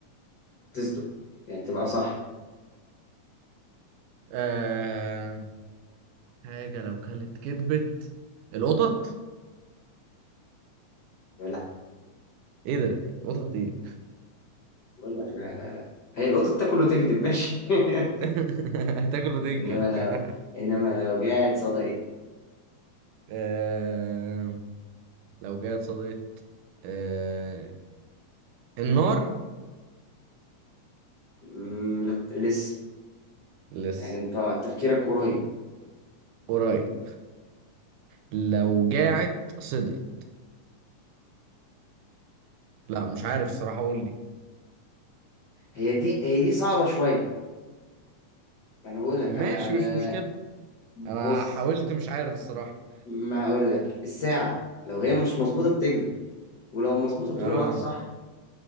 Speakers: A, on the left (about 85°); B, on the right (about 85°).
A: تصدق يعني تبقى صح
B: آه... حاجة لو كلت كدبت القطط
A: لا
B: ايه ده قطط ايه
A: بقول لك لا لا لا هي القطه بتاكل وتكذب ماشي <laughs>
B: <laughs> هتاكل وتنكر
A: انما لو
B: <laughs>
A: انما لو جاعت صدقت
B: آه لو جت صدقت آه النار
A: مم، لا لسه
B: لسه
A: يعني انت تفكيرك قريب
B: قريب لو جاعت صدقت لا مش عارف الصراحة قول لي
A: هي دي هي دي صعبه شويه انا بقول لك
B: ماشي
A: انا انا
B: مش مشكلة انا
A: بص
B: حاولت مش عارف الصراحة
A: ما اقول لك الساعه لو هي مش مظبوطه بتكذب ولو مظبوطه بتقول
B: اه
A: الوقت صح